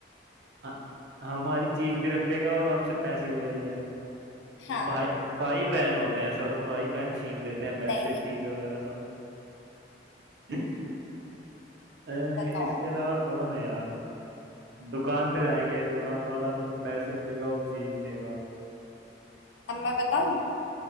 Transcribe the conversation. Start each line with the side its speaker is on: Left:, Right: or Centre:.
Right: ह- हमारी चीज भी रख लेगा और हमसे पैसे भी ले लेगा
Left: हाँ
Right: भाई भाई बहन होते हैं ऐसा तो भाई बहन छीन लेते हैं पैसे
Left: नहीं
Right: चीज वगैरह सब <laughs> अ,
Left: बताओ
Right: इसके अलावा कौन है यार दुकान पे जाएंगे दुकान वाला तो पैसे लेगा और चीज देगा
Left: अब मैं बताऊं